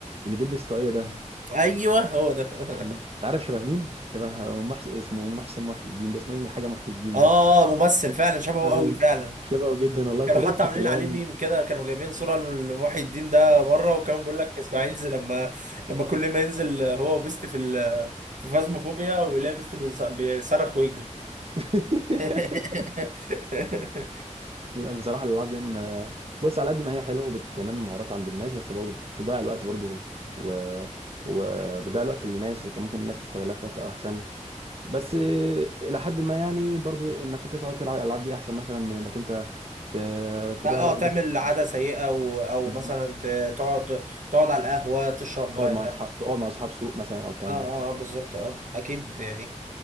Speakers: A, on the right; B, on the right.
A: اللي بيلبس طاقيه ده
B: ايوه هو ده <laughs>
A: انت عارف شبه مين؟ شبه محسن اسمه محسن محي الدين ده اسمه ايه حاجه محي الدين
B: اه
A: ده
B: ممثل فعلا شبهه
A: ايوه
B: قوي فعلا
A: شبهه جدا والله
B: كانوا
A: وطريقه
B: حتى عاملين
A: الكلام
B: عليه ميم كده كانوا جايبين صورة لمحي الدين ده مرة وكان بيقول لك اسماعيل زي لما لما كل ما ينزل هو وبيست في ال... في فازموفوبيا ويلاقي بيست بيص- بيصرخ ويجري
A: <laughs>
B: <laughs>
A: لا بصراحه الالعاب دي أنا- بص على قد ما هي حلوه وبتنمي مهارات عند الناس بس برضه بتضيع الوقت برضه و وبتضيع الوقت للناس كان ممكن الناس تستغلها في وقت احسن بس الى حد ما يعني برضو انك انت تقعد تلعب الالعاب دي احسن مثلا من انك انت ت- تضيع
B: اه
A: الوقت
B: تعمل
A: ده في حاجه تانية
B: عادة سيئة و... او
A: بالظبط
B: مثلا ت- تقعد تقعد على القهوة تشرب
A: تقعد
B: اه
A: مع اصحاب تقعد مع اصحاب سوق مثلا او الكلام
B: اه
A: ده
B: آه، بالظبط اه اكيد يعني